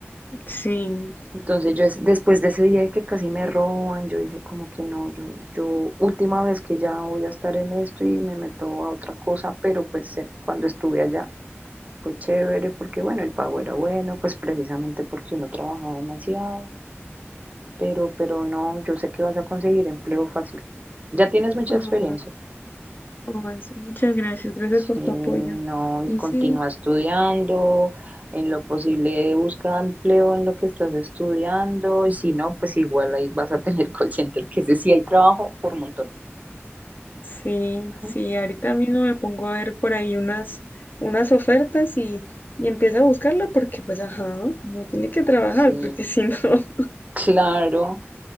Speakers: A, on the left (about 45°); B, on the right (about 35°).
A: Sí.
B: Entonces yo es- después de ese día de que casi me roban, yo dije como que no, yo, yo última vez que ya voy a estar en esto y me meto a otra cosa, pero pues eh, cuando estuve allá fue chévere porque bueno, el pago era bueno, pues precisamente porque uno trabajaba demasiado pero, pero no, yo sé que vas a conseguir empleo fácil. Ya tienes mucha
A: Ah,
B: experiencia.
A: ay, sí, muchas gracias, gracias
B: Sí,
A: por tu
B: no,
A: apoyo.
B: y
A: Y
B: continúa
A: sí,
B: estudiando, en lo posible busca empleo en lo que estás estudiando, y si no, pues igual ahí vas a tener <laughs> call center, que ese sí hay trabajo por montones.
A: sí, sí,
B: Ujú.
A: ahorita mismo me pongo a ver por ahí unas, unas ofertas y, y empiezo a buscarla porque pues ajá, no tiene que trabajar
B: Sí,
A: porque si no. <laughs>
B: claro.